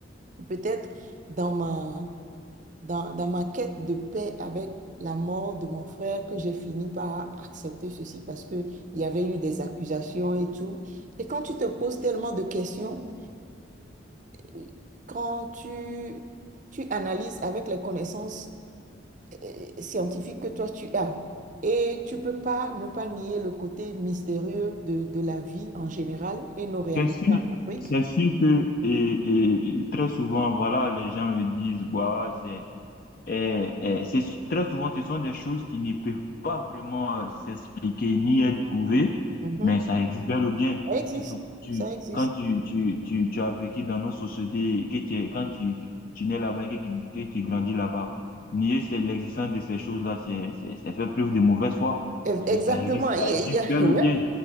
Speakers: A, on the right (about 40°); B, on the left (about 45°).
A: peut-être dans ma, dans, dans ma quête de paix avec la mort de mon frère que j'ai fini par accepter ceci parce que il y avait eu des accusations et tout. Et quand tu te poses tellement de questions et quand tu, tu analyses avec les connaissances euh, scientifique que toi tu as. Et tu peux pas ne pas nier le côté mystérieux de, de la vie en général et nos réalités
B: C'est sûr,
A: en Afrique.
B: c'est sûr que et, et- et très souvent, voilà, les gens le disent, bah, c'est, eh, eh, c'est très souvent, ce sont des choses qui ne peuvent pas vraiment euh, s'expliquer ni être prouvées,
A: Mhm.
B: mais ça existe bel ou bien.
A: Ça existe,
B: Surtout que tu,
A: ça existe.
B: quand tu, tu, tu, tu as vécu dans nos sociétés, que tu, es- quand tu, tu nais là-bas et que, tu- que tu grandis là-bas, nier c'est l'existence de ces choses-là, c'est, c'est, c'est faire preuve de mauvaise foi,
A: E-
B: parce
A: Exactement.
B: que ça existe,
A: Il
B: ça
A: y
B: existe
A: a, il y a-
B: bel
A: <laughs> ouais,
B: ou bien.